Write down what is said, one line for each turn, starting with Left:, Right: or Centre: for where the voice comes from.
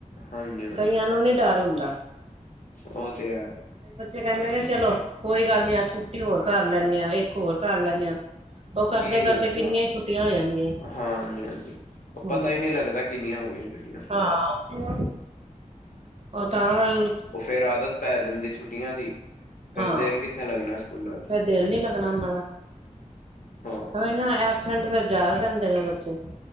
Left: ਹਾਂਜੀ ਹਾਂਜੀ
Right: ਕਈਆਂ ਨੂੰ ਨੀ ਡਰ ਹੁੰਦਾ। ਕਈ
Left: ਉਹ ਤੇ ਹੈ
Right: ਬੱਚੇ ਕਹਦੇ ਨੇ ਚਲੋ, ਕੋਈ ਗੱਲ ਨੀ, ਅੱਜ ਛੁੱਟੀ ਹੋਰ ਕਰ ਲੈਂਨੇ ਆ, ਇਕ ਹੋਰ ਕਰ ਲੈਨੇ ਆ, ਉ ਕਰਦੇ-ਕਰਦੇ
Left: ਕੀ ਹੋਜੇਗਾ
Right: ਕਿੰਨੀਆਂ ਈ ਛੁੱਟੀਆਂ ਹੋ ਜਾਂਦੀਆਂ
Left: ਹਾਂਜੀ ਹਾਂਜੀ
Right: ਹੂੰ
Left: ਪਤਾ ਈ ਨੀ ਲੱਗਦਾ, ਕਿੰਨੀਆਂ ਹੋ ਗਈਆਂ ਛੁਟਿਆ
Right: ਹਾਂ ਉ ਤਾਂ ਗੱਲ
Left: ਉ ਫੇਰ ਆਦਤ ਪੈ ਜਾਂਦੀ, ਛੁੱਟੀਆਂ ਦੀ ਫਿਰ
Right: ਹਾਂ
Left: ਦਿਲ
Right: ਫੇਰ
Left: ਕਿੱਥੇ ਲੱਗਣਾ ਸਕੂਲਾਂ ਚ
Right: ਦਿਲ ਨੀ ਲੱਗਣਾ ਉਹਨਾਂ ਦਾ।
Left: ਹਾਂ
Right: ਔ ਹੀ ਨਾ, ਐਬਸੈਂਟ ਫੇਰ ਜ਼ਿਆਦਾ ਰਿੰਦੇ ਨੇ ਬੱਚੇ।